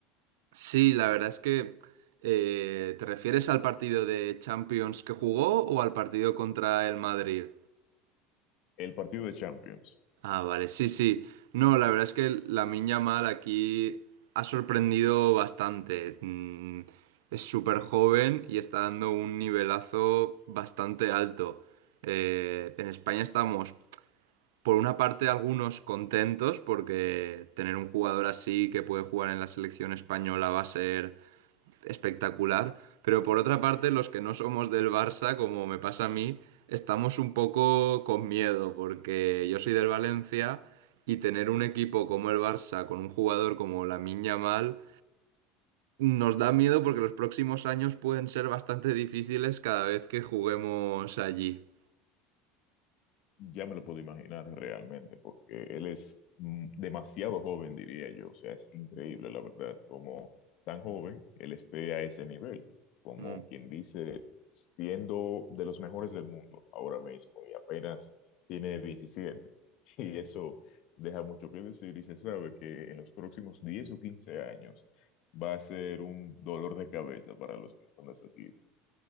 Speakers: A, on the right; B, on the left.
A: Sí, la verdad es que eh, ¿te refieres al partido de Champions que jugó o al partido contra el Madrid?
B: El partido de Champions.
A: Ah, vale, sí, sí. No, la verdad es que Lamine Yamal aquí ha sorprendido bastante. Mm, Es súper joven y está dando un nivelazo bastante alto. Eh, en España estamos Por una parte, algunos contentos porque tener un jugador así que puede jugar en la selección española va a ser espectacular, pero por otra parte, los que no somos del Barça, como me pasa a mí, estamos un poco con miedo porque yo soy del Valencia y tener un equipo como el Barça con un jugador como Lamine Yamal nos da miedo porque los próximos años pueden ser bastante difíciles cada vez que juguemos allí.
B: Ya me lo puedo imaginar realmente, porque él es mm, demasiado joven, diría yo. O sea, es increíble, la verdad, como tan joven él esté a ese nivel, como
A: Mm.
B: quien dice, siendo de los mejores del mundo ahora mismo y apenas tiene 17 <laughs> Y eso deja mucho que decir y se sabe que en los próximos 10 o 15 años va a ser un dolor de cabeza para los que son de su equipo.